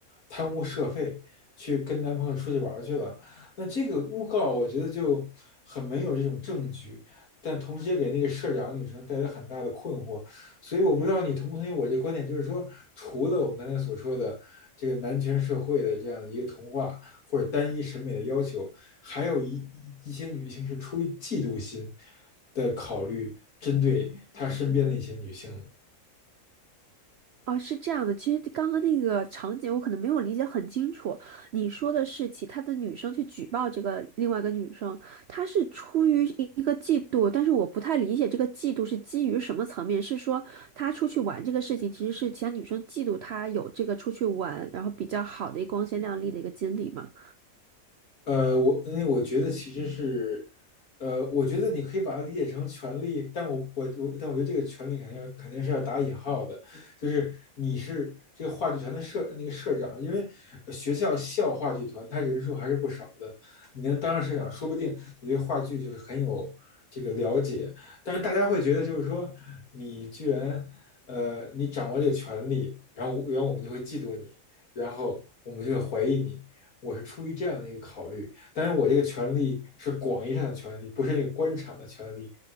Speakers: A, on the left (about 85°); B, on the right (about 60°).
A: 贪污社费，去跟男朋友出去玩去了。那这个诬告，我觉得就很没有这种证据，但同时也给那个社长女生带来很大的困惑。所以我不知道你同不同意我这观点，就是说，除了我刚才所说的这个男权社会的这样一个童话或者单一审美的要求，还有一一些女性是出于嫉妒心的考虑，针对她身边的一些女性的。
B: 哦，是这样的，其实刚刚那个场景我可能没有理解很清楚。你说的是其他的女生去举报这个另外一个女生，她是出于一一个嫉妒，但是我不太理解这个嫉妒是基于什么层面？是说她出去玩这个事情，其实是其他女生嫉妒她有这个出去玩，然后比较好的一个光鲜亮丽的一个经历吗？
A: 呃，我因为我觉得其实是，呃，我觉得你可以把它理解成权利，但我我我，但我觉得这个权利肯定要肯定是要打引号的，就是你是这个话剧团的社那个社长，因为呃学校校话剧团他人数还是不少的，你能当上社长，说不定你对话剧就是很有这个了解，但是大家会觉得就是说你居然呃你掌握这个权利，然后我然后我们就会嫉妒你，然后我们就会怀疑你。我是出于这样的一个考虑，但是我这个权利是广义上的权利，不是那个官场的权利。